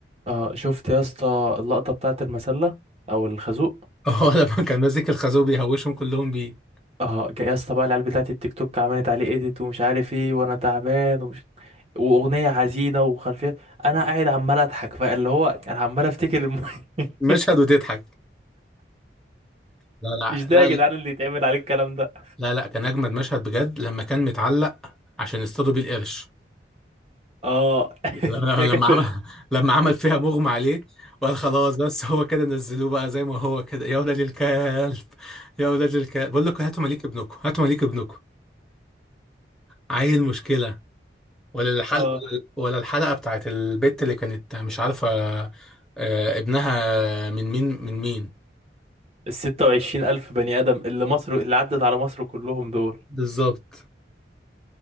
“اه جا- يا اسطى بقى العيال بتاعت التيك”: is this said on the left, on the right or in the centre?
Right